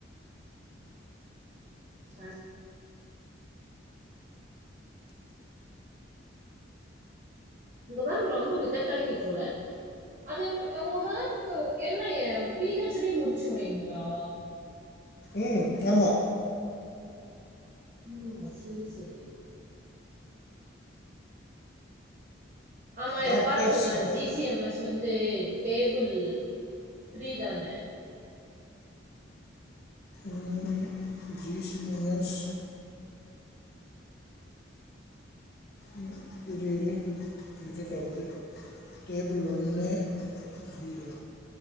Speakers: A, on the right; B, on the left.
A: சான் உங்க மேம் ரொம்ப வித்தக்காரங்கி போல அத எப் ஒங்க மேம் க என்ன ஏ பி ஹெச் டி முடிச்சவைங்ளா
B: ம் ஆமா
A: ம் சேரி சேரி ஆமா இத
B: டாக்டர்
A: பாத்து சொல்லே
B: Sangavi
A: G C M S வந்து டேபிள் த்ரீ தான
B: ம் ஜி சி எம் எஸ் ம் இரு இரு <unintelligible> காட்டுது டேபிள் ஒன்னு அய்யியோ